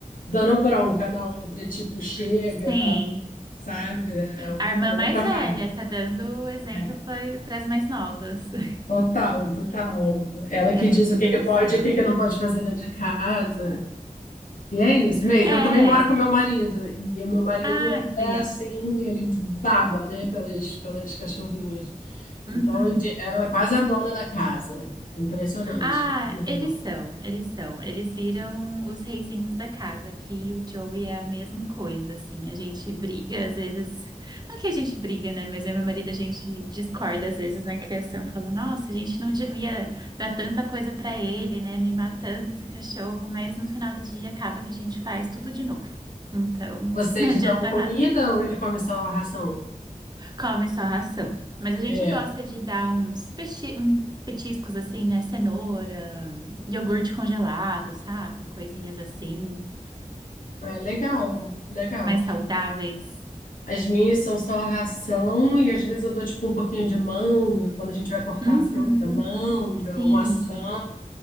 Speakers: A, on the left; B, on the right.
A: dando bronca na outra, tipo, chega,
B: <laughs> Sim.
A: sabe? É outro-
B: A irmã mais
A: outra vibe.
B: velha tá dando exemplo
A: É.
B: para as mais novas. <laughs>
A: Total, total. Ela que
B: É muito
A: diz o
B: engraçado.
A: que que pode e o que que não pode fazer dentro de casa. E é isso. Bem,
B: É.
A: eu também moro com meu marido, e o meu marido
B: Ai, legal.
A: é assim, ele baba, né, pelas, pelas cachorrinhas.
B: Uhum.
A: Então, eu di- ela é quase a dona da casa. É Impressionante.
B: Ah,
A: a Margot.
B: eles são, eles são. Eles viram os reizinhos da casa, que o Joey é a mesma coisa, assim. A gente briga, às vezes. Não que a gente briga, né? Mas eu e meu marido, a gente discorda, às vezes, na criação. Fala, nossa, a gente não devia dar tanta coisa pra ele, né? Mimar tanto esse cachorro. Mas no final do dia, acaba que a gente faz tudo de novo. Então,
A: Vocês
B: <laughs> não adianta
A: dão comida ou ele come só a ração?
B: Come só ração. Mas a gente
A: É,
B: gosta de dar uns peti, um- petiscos assim, né? Cenoura, iogurte congelado, sabe? Coisinhas assim,
A: é legal, legal.
B: mais saudáveis.
A: As minhas são só ração e às vezes eu dou tipo um pouquinho de manga, quando a gente vai cortar
B: Uhum.
A: a fruta, manga,
B: Sim,
A: ou maçã,